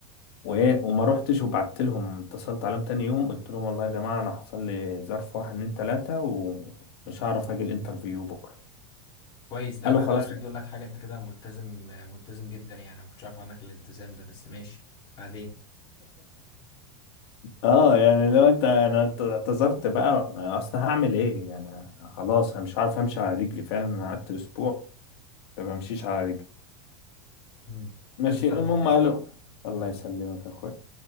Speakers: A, on the left (about 60°); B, on the left (about 30°).
A: وايه وما رحتش وبعت لهم اتصلت عليهم تاني يوم قلت لهم والله يا جماعة انا حصل لي ظرف واحد اتنين تلاتة ومش هعرف اجي الانترفيو بكرة
B: كويس ده
A: قالوا
B: بقى
A: خلاص
B: انا عايز
A: <laughs>
B: اقول لك حاجة انت كده ملتزم آه، ملتزم جدا يعني أنا ما كنتش عارف عنك الالتزام ده بس ماشي بعدين
A: اه يعني لو انت انا اعت- اعتذرت بقى اصل هعمل ايه يعني خلاص انا مش عارف امشي على رجلي فعلا انا قعدت اسبوع ما بمشيش على رجلي
B: امم
A: ماشي
B: الف سلام
A: المهم
B: عليك
A: قالوا الله يسلمك يا اخويا